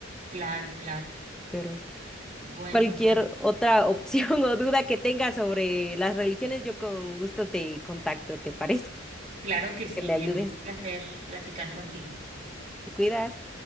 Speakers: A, on the right (about 30°); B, in the centre.
A: claro, claro.
B: Pero
A: Bueno,
B: cualquier
A: pues,
B: otra opción <laughs> o duda que tengas sobre las religiones, yo con gusto te contacto, ¿te parece?
A: claro que sí,
B: Que me
A: Glendy,
B: ayudes.
A: un placer platicar contigo.
B: Te cuidas.